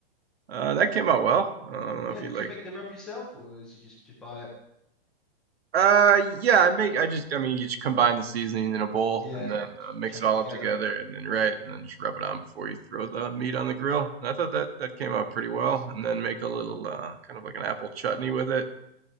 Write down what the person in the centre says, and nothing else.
Yeah,
do
you make the rub yourself, or is you just just buy it?
Yeah,
just
chuck
it together.